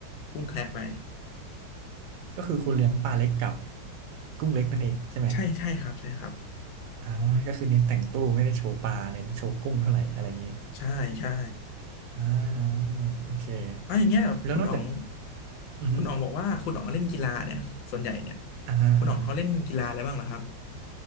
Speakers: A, on the left (about 80°); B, on the right (about 80°).
A: กุ้งแคระไป
B: ก็คือคุณเลี้ยงปลาเล็กกับกุ้งเล็กนั่นเองใช่ไหม
A: ใช่ใช่ครับใช่ครับ
B: อ่าก็คือเน้นแต่งตู้ไม่ได้โชว์ปลาเน้นโชว์กุ้งเท่าไหร่อะไรอย่างเงี้ย
A: ใช่ใช่
B: อ่าโอเค
A: เอ๋ออย่างเงี้ยแบบคุณอ๋อง
B: แล้วนอกจากอือฮึ
A: คุณอ๋องบอกว่าคุณอ๋องเล่นกีฬาเนี่ยส่วนใหญ่เนี่ย
B: อ่าอ่า
A: คุณอ๋องเขาเล่นกีฬาอะไรบ้างเหรอครับ